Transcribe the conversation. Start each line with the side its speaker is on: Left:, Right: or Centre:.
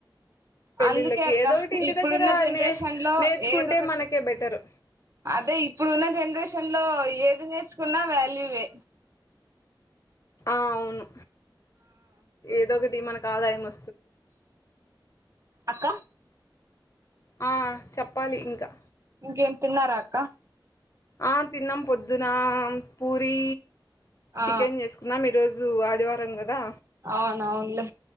Left: పెళ్ళిళ్ళకి
Right: అందుకే అక్క
Left: ఏదో ఒకటి ఇంటి
Right: ఇప్పుడున్న
Left: దగ్గర
Right: జనరేషన్
Left: నే
Right: లో
Left: నేర్చుకుంటే
Right: ఏదో ఒకటి
Left: మనకే బెటరు
Right: అదే ఇప్పుడు ఉన్న జనరేషన్ లో ఏది నేర్చుకున్నా వాల్యూనే
Left: ఆ అవును ఏదో ఒకటి మనకి ఆదాయము
Right: అక్క
Left: ఆహ్ చెప్పాలి ఇంకా
Right: ఇంకేం తిన్నారా అక్క
Left: ఆహ్ తిన్నాం పొద్దున పూరి
Right: ఆ
Left: చికెన్ చేసుకున్నాం ఈరోజు జు ఆదివారం కదా
Right: అవును అవునులే